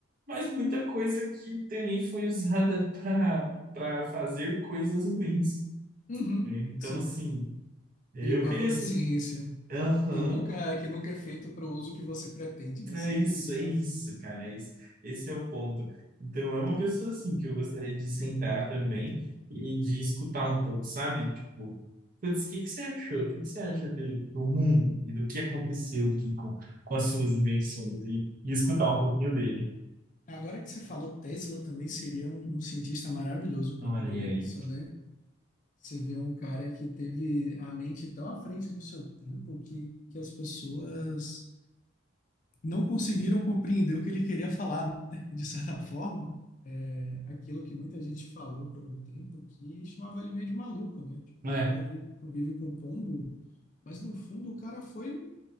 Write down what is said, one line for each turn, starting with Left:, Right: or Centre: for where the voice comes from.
Right: mas muita coisa que também foi usada para para fazer coisas ruins,
Left: uhum,
Right: então
Left: sim.
Right: assim, eu
Left: Aquele papo
Right: queria
Left: da
Right: assim,
Left: ciência,
Right: Aham,
Left: que nunca, é, que nunca é feito para o uso que você pretende, né?
Right: é
Left: Sempre
Right: isso,
Left: vira
Right: é isso,
Left: um,
Right: cara, é isso. Esse é o ponto. Então, é uma pessoa assim que eu gostaria de sentar também e de escutar um pouco, sabe? Tipo, putz, o que que você achou? O que que você acha do do mundo e do que aconteceu aqui com, com as suas invenções? E, e escutar um pouquinho dele.
Left: Agora que você falou, Tesla também seria um, um cientista maravilhoso para
Right: Olha
Left: poder ver
Right: aí.
Left: isso, né? Você vê um cara que teve a mente tão à frente do seu tempo que, que as pessoas não conseguiram compreender o que ele queria falar, né? De certa forma, é aquilo que muita gente falou por um tempo que chamava ele meio de maluco, né? Tipo,
Right: Né,
Left: o cara vive, vive com pombo, mas no fundo o cara foi um